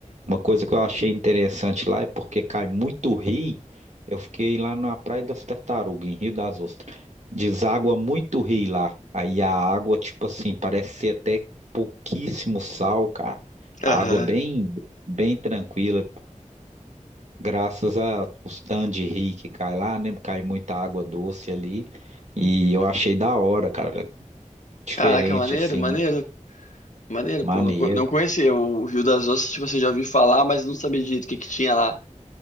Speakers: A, on the right; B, on the left.
A: Uma coisa que eu achei interessante lá é porque cai muito rio. Eu fiquei lá na Praia das Tartarugas, em Rio das Ostras. Deságua muito rio lá. Aí a água, tipo assim, parece ser até pouquíssimo sal, cara.
B: Aham.
A: A água bem, bem tranquila. Graças a os tanques de rio que cai lá, né? Cai muita água doce ali. E eu achei da hora, cara. Diferente,
B: Caraca, maneiro,
A: assim,
B: maneiro. Maneiro,
A: maneiro.
B: pô. Não, co- não conhecia o Rio das Ostras, tipo assim, já ouvi falar, mas não sabia direito o que que tinha lá.